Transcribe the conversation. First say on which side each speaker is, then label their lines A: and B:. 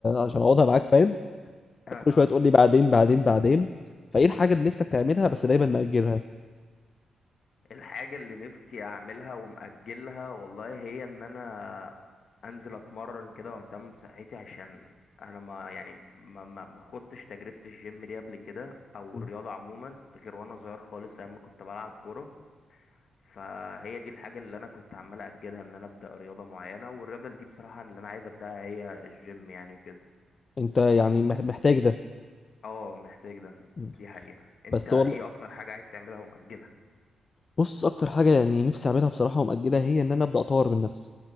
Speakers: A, on the left; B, on the left.
A: عشان اقعدها معاك فاهم
B: اه
A: كل شويه تقول لي بعدين بعدين بعدين فايه الحاجه اللي نفسك تعملها بس دايما مأجلها
B: الحاجه اللي نفسي اعملها ومأجلها والله هي ان انا انزل اتمرن كده واهتم بصحتي عشان انا ما يعني ما ما ما خدتش تجربه الجيم دي قبل كده او
A: م.
B: الرياضه عموما غير وانا صغير خالص ايام ما كنت بلعب كوره فهي دي الحاجة اللي أنا كنت عمال أجلها إن أنا أبدأ رياضة معينة والرياضة اللي دي بصراحة اللي أنا عايز أبدأها هي الجيم يعني وكده
A: انت يعني مح- محتاج ده
B: اه محتاج ده
A: م.
B: دي حقيقة أنت
A: بس
B: إيه
A: والله
B: أكتر حاجة عايز تعملها ومأجلها؟
A: بص اكتر حاجه يعني نفسي اعملها بصراحه ومأجلها هي ان انا ابدا اطور من نفسي